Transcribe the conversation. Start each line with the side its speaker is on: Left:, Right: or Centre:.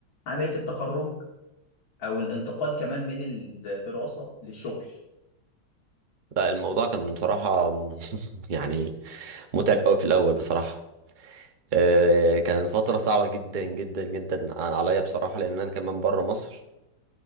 Left: عامل ايه في التخرج او الانتقال كمان من الدراسه للشغل
Right: لا الموضوع كان بصراحة <laughs> يعني متعب قوي في الأول بصراحة آه، كانت فترة صعبة جدا جدا جدا عليا بصراحة لأن أنا كمان بره مصر